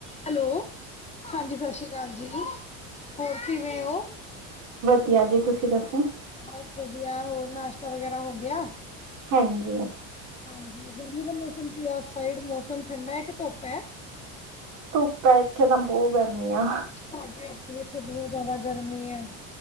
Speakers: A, on the left; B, on the right.
A: Hello ਹਾਂਜੀ ਸਤਿ ਸ਼੍ਰੀ ਅਕਾਲ ਜੀ ਹੋਰ ਕਿਵੇਂ ਹੋ
B: ਵਆ ਜੀ ਤੁਸੀਂ ਦੱਸੋ
A: ਬਸ ਵਧੀਆ ਹੋਰ ਨਾਸ਼ਤਾ ਵਗੈਰਾ ਹੋਗ ਗਿਆ
B: ਹਾਂਜੀ
A: ਹਾਂਜੀ ਗਰਮੀ ਦਾ ਮੌਸਮ ਕੀ ਹੈ ਉਸ ਸਾਈਡ ਮੌਸਮ ਠੰਡਾ ਹੈ ਕਿ ਧੁੱਪ ਹੈ
B: ਧੁੱਪ ਹੈ ਇੱਥੇ ਤਾਂ ਬਹੁਤ ਗਰਮੀ ਆ
A: ਸਾਡੇ ਇ ਇਥੇ ਬਹੁਤ ਜਿਆਦਾ ਗਰਮੀ ਹੈ